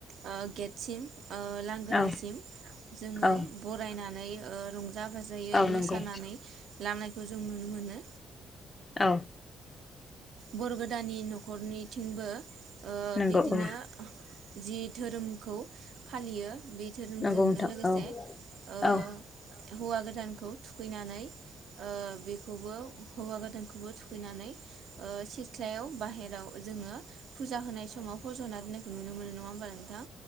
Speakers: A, on the right; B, on the left.
A: ओ गेटसिम ओ लांगोनासिम
B: औ
A: जोङो
B: औ
A: बरायनानै ओ रंजा बाजायै
B: औ नंगौ
A: मोसानानै लाबनायखौ जों नुनो मोनो
B: औ
A: बर गोदानि न'खरनिथिंबो ओ
B: नंगौ
A: बिदिनो
B: औ
A: जि धोरोमखौ फालियो बे धोरोमजोंनो
B: नंगौ नोंथां
A: लोगोसे
B: औ
A: ओ
B: औ
A: हौवा गोदानखौ थु थुखैनानै ओ बेखौबो हौवा गोदानखोबो थु खैनानै ओ सिथ्लायाव बाहेराव जोङो फुजा होनाय समाव फज'ना दोननायखौ नुनो मोनो। नङा होमबा नोंथां?